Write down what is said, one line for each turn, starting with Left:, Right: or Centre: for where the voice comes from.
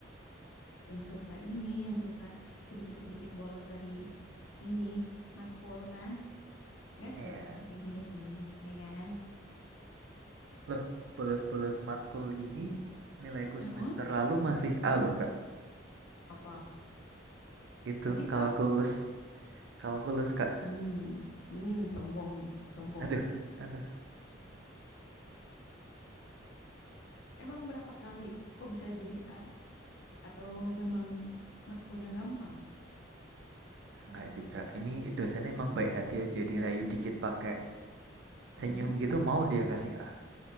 Left: yang suka ini, yang suka sedikit-sedikit bolos dari ini, matkul kan. Enggak
Right: Iya.
Left: sih? Enggak juga sih, ya kan?
Right: Loh, bolos-bolos matkul gini nilaiku
Left: Heeh.
Right: semester lalu masih A loh kak.
Left: Apa?
Right: Itu
Left: Masih
Right: kalkulus,
Left: A?
Right: kalkulus kak.
Left: hmm mmm, sombong nih, sombong.
Right: Aduh, aduh.
Left: Emang berapa kali kok bisa jadi A? Atau memang matkulnya gampang?
Right: Enggak sih Kak, ini dosennya emang baik hati aja dirayu dikit pakai senyum
Left: Mhm.
Right: gitu mau dia kasih A.